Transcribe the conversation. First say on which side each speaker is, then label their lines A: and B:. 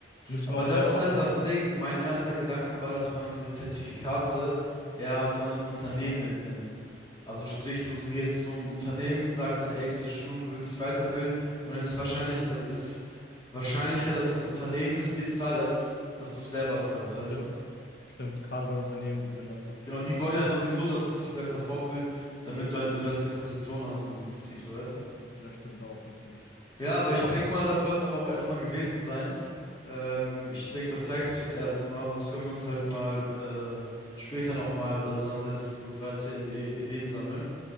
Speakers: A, on the left; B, on the left.
A: müssen
B: Aber
A: wir auch
B: das
A: selber
B: ist
A: mal
B: halt
A: überlegen.
B: das Ding. Mein erster Gedanke war, dass man diese Zertifikate eher von einem Unternehmen mitnimmt. Also sprich, du gehst zum Unternehmen, sagst dann, ey, diese Schulung, du willst dich weiterbilden und es ist wahrscheinlich, also es ist wahrscheinlicher, dass das Unternehmen es dir zahlt, als dass du es selber zahlst, weißt
A: Stimmt.
B: du?
A: Stimmt. Gerade bei Unternehmen, die würden das dann
B: Genau, die
A: natürlich.
B: wollen ja sowieso, dass du dich besser fortbildest, damit du halt eine bessere Position hast in diesem Betrieb, so weißt du?
A: Das stimmt auch natürlich.
B: Ja, aber
A: Ja,
B: ich denke mal, das soll es aber auch erstmal gewesen sein. Ähm, ich denke, das reicht fürs erste Mal, sonst können wir uns halt mal äh, später nochmal da dran setzen und weitere Ide Ideen sammeln.